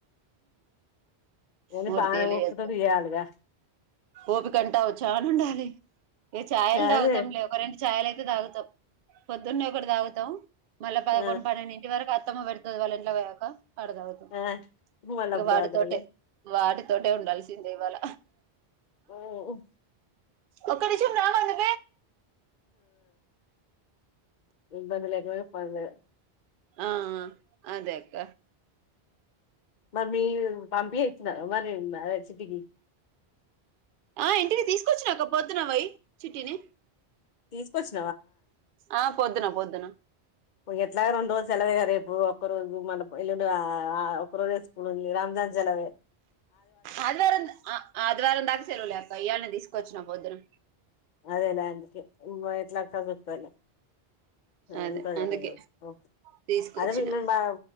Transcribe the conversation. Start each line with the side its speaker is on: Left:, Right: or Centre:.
Left: నేను
Right: మూడు
Left: బాగానే
Right: తీర్లు
Left: ఒప్పుతో
Right: చేస్త
Left: చేయాలిగా
Right: ఓపికంటావు చాల ఉండాలి ఏ ఛాయిలు త
Left: అదే
Right: అవతాం లే ఒక రెండు ఇ చాయల అయితే తాగుతా పొద్దున్నే ఒకటి తాగుతాం మళ్ళీ పదకొండు
Left: ఆ
Right: పన్నెండుడింటి వరకు అత్తమ పెడ్ అ వాలెంట్లా పోయాక అడద అవుతా
Left: ఆ మళ్ళీ
Right: ఇక
Left: అప్పుడు
Right: వాటితోట
Left: ఆగుతారుగా
Right: వాటితోట ఉండాల్సిందే ఇవాళ
Left: ఓఓ
Right: ఒకక్కడి చెప్పు రాందు
Left: ఇబందులే ఎకువగా పనులే
Right: ఆ అదేక్క
Left: మరి మీ పంపిపీ మరి మార చిటీకి
Right: ఆ ఇంటికి తీసుకొచ్చిినక పొద్దున అై చుట్టిని
Left: తీజ ప చ
Right: ఆ పోొద్దునా పోొద్దునా
Left: ఎట్లాగ రెండు రోజు సెలవేగా రేపు ఒక్కరోజు మన ఇళ్ళుండదా ఆ ప్రదస్ ప రామ్ దాన్ జరిపి
Right: ఆదివారం ఆదివారందాకా సెలవు లే ఇటన తీసు కచ్చిన పొద్దున
Left: అదేలా అందుకే ఎట్లా కదులుతది ఎఓ
Right: అదే అందుకే తీసుకొచ్చిన
Left: అదిన్న బా